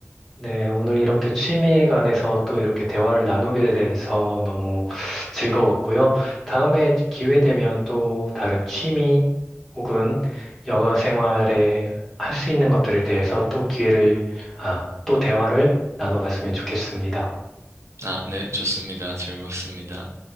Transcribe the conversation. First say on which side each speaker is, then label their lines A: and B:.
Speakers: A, in the centre; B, on the right.
A: 네, 오늘 이렇게 취미에 관해서 또 이렇게 대화를 나누게 돼서 너무 즐거웠고요. 다음에 기회 되면 또 다른 취미 혹은 여가 생활에 할 수 있는 것들에 대해서 또 기회를, 아, 또 대화를 나눠봤으면 좋겠습니다.
B: 아, 네, 좋습니다. 즐겁습니다.